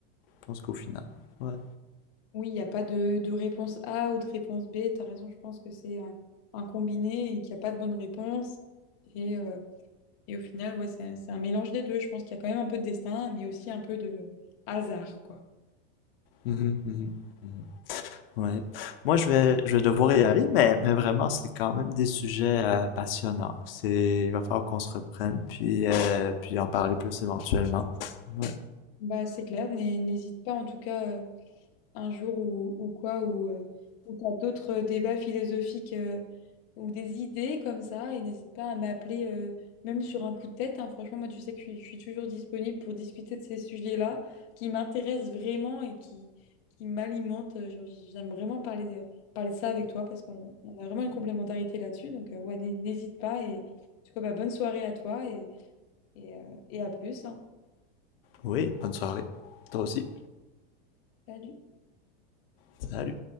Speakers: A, on the left; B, on the left.
A: Je pense qu'au final. Ouais.
B: Oui, il n'y a pas de, de réponse A ou de réponse B. Tu as raison, je pense que c'est un, un combiné et qu'il n'y a pas de bonne réponse. Et, euh, et au final, ouais, c'est un, c'est un mélange des deux. Je pense qu'il y a quand même un peu de destin, mais aussi un peu de hasard, quoi.
A: Mhm, mhm, mhm. Ouais. Moi, je vais, je vais devoir y aller, mais, mais vraiment, c'est quand même des sujets euh, passionnants. C'est, il va falloir qu'on se reprenne, puis, euh, puis en parler plus éventuellement. Ouais.
B: Bah, c'est clair, n'hé- n'hésite pas en tout cas. euh, un jour ou, ou quoi, ou euh, ou t'as d'autres débats philosophiques euh, ou des idées comme ça, et n'hésite pas à m'appeler, euh, même sur un coup de tête. hein. Franchement, moi, tu sais que je suis, je suis toujours disponible pour discuter de ces sujets-là qui m'intéressent vraiment et qui, qui m'alimentent. Euh, genre, J'aime vraiment parler de, parler de ça avec toi parce qu'on on a vraiment une complémentarité là-dessus. Donc, euh, ouais, n'hé- n'hésite pas. Et en tout cas, bah, bonne soirée à toi et, et, euh, et à plus. hein.
A: Oui, bonne soirée. Toi aussi.
B: Salut.
A: Salut.